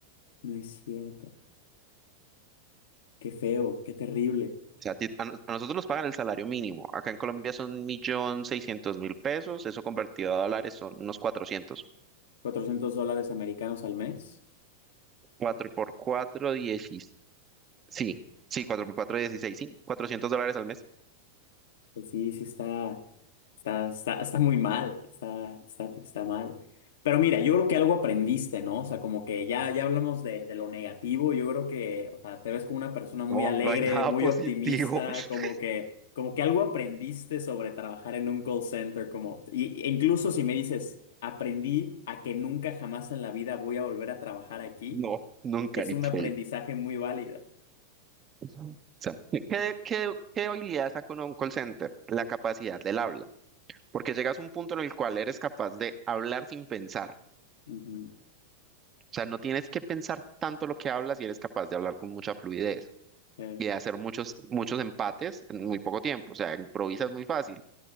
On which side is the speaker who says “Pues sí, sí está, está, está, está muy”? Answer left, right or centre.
Left